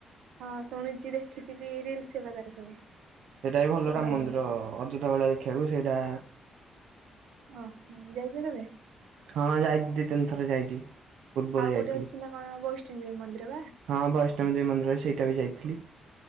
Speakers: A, on the right (about 80°); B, on the right (about 70°).
A: ହଁ ଶୁଣିଛି, ଦେଖିଛି ବି ରିଲସ ହେକା ତାର ସବୁ।
B: ସେଇଟା ବି ଭଲ
A: ମୋବାଇଲରେ।
B: ରାମ ମନ୍ଦିର, ଅଯୋଧ୍ୟା ଭଳିଆ ଦେଖିଆକୁ। ସେଇଟା
A: ଓ ହୋ ଯାଇଛ କେବେ?
B: ହଁ ଯାଇଛି ଦି ତିନି ଥର ଯାଇଛି। ପୂର୍ବରୁ
A: ଆଉ
B: ଯାଇଥିଲି
A: ଗୋଟେ ଅଛି ନା କଣ ବୈଷ୍ଣୀଦେବୀ ମନ୍ଦିର ବା?
B: ହଁ ବୈଷ୍ଣବ ଦେବୀ ମନ୍ଦିର, ସେଇଟା ବି ଯାଇଥିଲି।